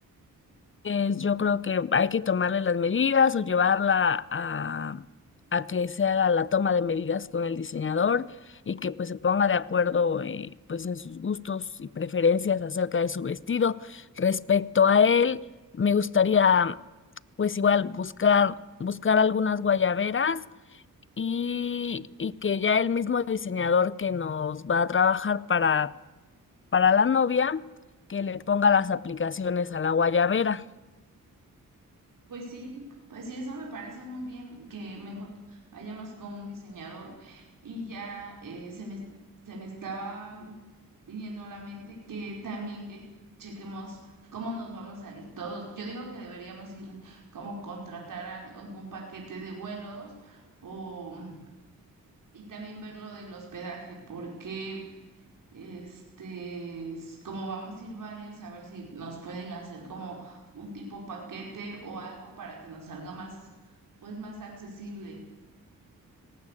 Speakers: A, on the left (about 35°); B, on the right (about 65°).
A: pues yo creo que hay que tomarle las medidas o llevarla a, a que se haga la toma de medidas con el diseñador y que pues se ponga de acuerdo eh, pues en sus gustos y preferencias acerca de su vestido. Respecto a él, me gustaría pues igual buscar, buscar algunas guayaberas y, y que ya el mismo diseñador que nos va a trabajar para, para la novia, que le ponga las aplicaciones a la guayabera.
B: Pues sí, pues sí, eso me parece muy bien que mejor vayamos con un diseñador y ya eh, se me, se me estaba mm, viniendo a la mente que también que chequemos cómo nos vamos a ir todos. Yo digo que deberíamos ir como contratar al- algún paquete de vuelos o mm, y también ver lo del hospedaje porque este, es como vamos a ir varios, a ver si nos pueden hacer como un tipo paquete o algo para que nos salga más, pues más accesible.